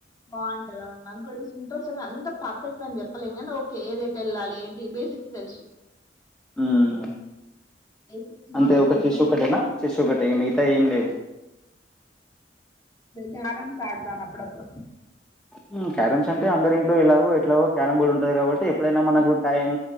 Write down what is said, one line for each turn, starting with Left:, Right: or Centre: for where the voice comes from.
Left: బావుంటది అవును నాకు కూడా ఇంట్రెస్ట్ అని అంత పర్ఫెక్ట్ అని చెప్ చెప్పలేం గాని ఓకే ఎదెటు వెళ్ళాలి ఏంటి బేసిక్స్ తెలుసు
Centre: హ్మ్
Left: బేసిక్స్
Centre: అంతే
Left: నాలెడ్జ్
Centre: ఒక
Left: కొంచెం
Centre: చెస్ ఒకటేనా
Left: ఉంది
Centre: చెస్ ఒకటే మిగతాయి ఏం లేవు
Left: క్యారమ్స్ ఆడతాను అప్పుడప్పుడు
Centre: హ్మ్ క్యారమ్స్ అంటే అందరి ఇంట్లో ఎలాగో ఎట్లాగో క్యారమ్ బోర్డు ఉంటది కాబట్టి ఎప్పుడైనా మనకు
Left: అవునా
Centre: టైం